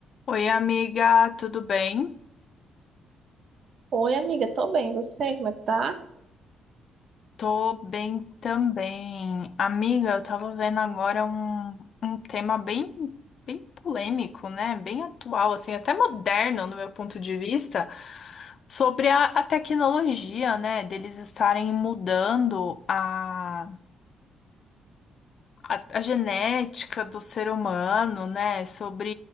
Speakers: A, on the left; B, on the right.
A: Oi, amiga, tudo bem?
B: Oi, amiga, tô bem. E Você, como é que tá?
A: Tô bem também. Amiga, eu tava vendo agora um, um tema bem, bem polêmico, né? Bem atual, assim, até moderno no meu ponto de vista, sobre a, a tecnologia, né? Deles estarem mudando a, a, a genética do ser humano, né? Sobre